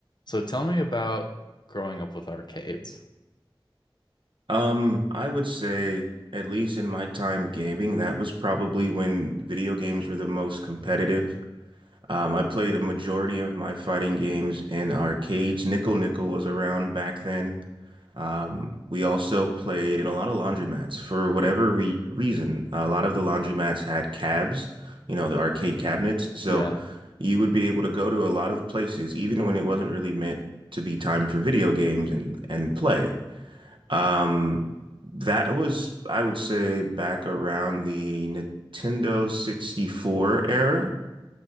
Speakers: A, on the left; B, on the right.
A: So tell me about growing up with arcades.
B: Um, I would say, at least in my time gaming, that was probably when video games were the most competitive. Um, I played a majority of my fighting games in arcades. Nickel Nickel was around back then. Um, we also played in a lot of laundromats. For whatever re reason, a lot of the laundromats had cabs, you know, the arcade cabinets. So
A: Yeah. <laughs>
B: you would be able to go to a lot of places, even when it wasn't really meant to be time for video games and, and play. Um, that was, I would say, back around the Nintendo 64 era.